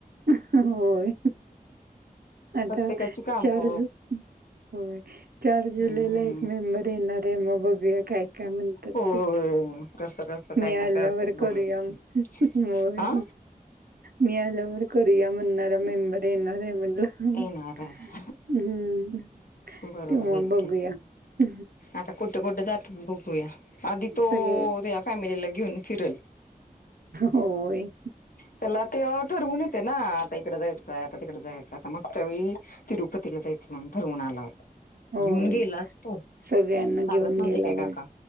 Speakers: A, on the right; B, on the left.
A: होय आता
B: प्रत्येकाची काम
A: चार्ज होय. चार
B: हम्म
A: जुलैला एक मेंबर येणार आय मग बघूया काय काय म्हणतात
B: होय
A: ते.
B: कसं कसं
A: मी
B: काय
A: आल्यावर
B: काय करतात बघूयात
A: करूया होय.
B: की हा
A: मी आल्यावर करूया म्हणणारा मेंबर देणार आय म्हणलं हम्म
B: येणार आहे बरोबर
A: तेव्हा
B: आहे
A: बघूया.
B: की
A: <inaudible>
B: आता कुठं कुठं जात्यात बघूया आधी तो
A: सगळे
B: त्याच्या फॅमिलीला घेऊन फिरल.
A: होय.
B: त्याला तो ठरवून येते ना आता इकडं जायचंय आता तिकडे जायचंय आता मागच्या वेळी तिरुपतीला जायचं म्हणून ठरवून आला.
A: होय
B: घीऊन गेलाच तो
A: सगळ्यांना
B: सांगत
A: घेऊन
B: नव्हते
A: गेला
B: काय काका.
A: होय